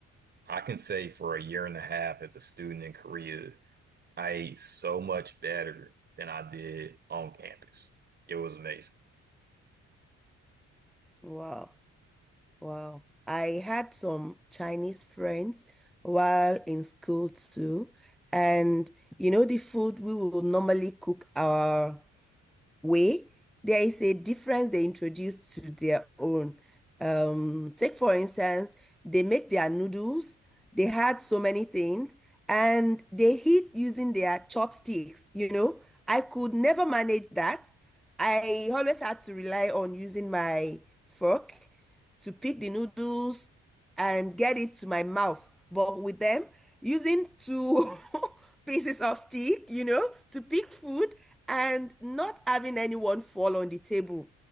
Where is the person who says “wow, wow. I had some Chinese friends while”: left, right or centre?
Centre